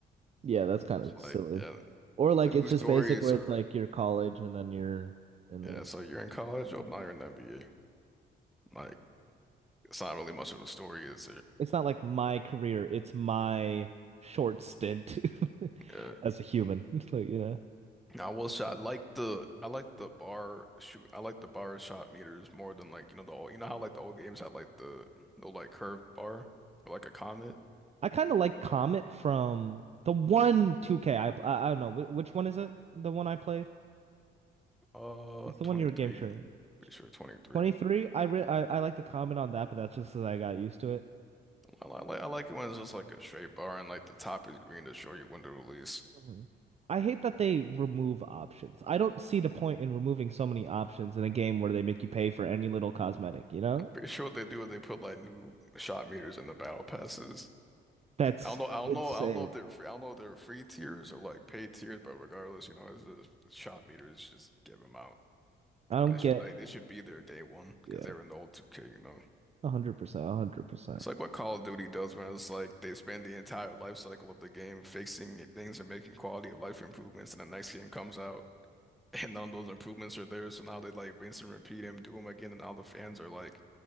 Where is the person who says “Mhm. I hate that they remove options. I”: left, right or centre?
Right